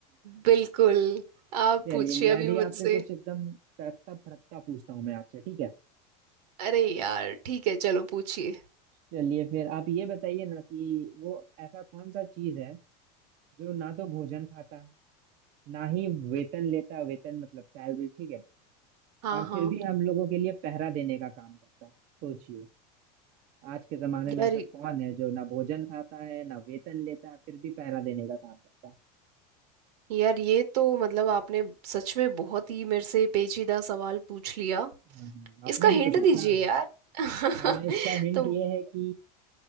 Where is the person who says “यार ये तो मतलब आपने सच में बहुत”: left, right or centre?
Right